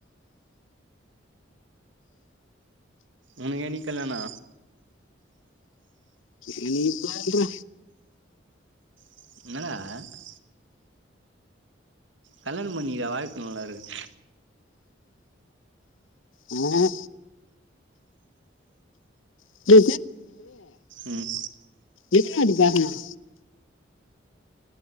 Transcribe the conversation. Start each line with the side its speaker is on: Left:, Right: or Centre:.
Right: உனக்கு என்னைக்கு கல்யாணோ
Left: இன்னைக்கு பாற்றா
Right: என்னாட கல்யாணோ பண்ணிக்கே வாழ்க்க நல்ல இருக்கு
Left: ம் <unintelligible> அ
Right: ம்
Left: எதுக்காக‌ பேசமாட்ட